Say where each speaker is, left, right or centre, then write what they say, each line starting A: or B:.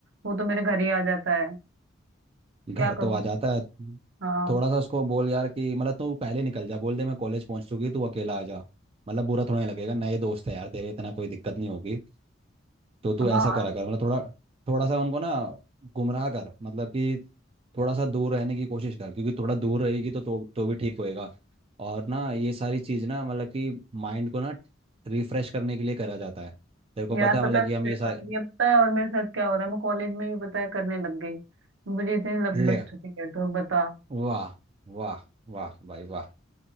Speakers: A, on the right (about 75°); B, on the right (about 30°).
A: वो तो मेरे घर ही आ जाता है
B: घर
A: क्या
B: तो
A: करूँ
B: आ जाता
A: मैं
B: है
A: हाँ
B: थोड़ा सा उसको बोल यार कि मतलब तू पहले निकल जा बोल दे मैं कॉलेज पहुंच चुकी तू अकेला आ जा मतलब बुरा थोड़ा नहीं लगेगा नए दोस्त है यार तेरे इतना कोई दिक्कत नहीं होगी तो तू
A: हाँ
B: ऐसा करा कर मतलब थोड़ा थोड़ा सा उनको ना गुमराह कर मतलब कि थोड़ा सा दूर रहने की कोशिश कर क्योंकि थोड़ा दूर रहेगी तो तो, तो भी ठीक होएगा और ना ये सारी चीज़ ना मतलब कि माइंड को ना रिफ्रेश करने के लिए करा जाता है तेरे को
A: यार
B: पता है
A: पता
B: मतलब कि हम
A: है
B: ये सारे
A: और ये पता है और मेरे साथ क्या हो रहा है मैं कॉलेज में भी पता है करने लग गई मुझे इतनी लत
B: ले
A: लग चुकी है तो बता
B: वाह वाह वाह भाई वाह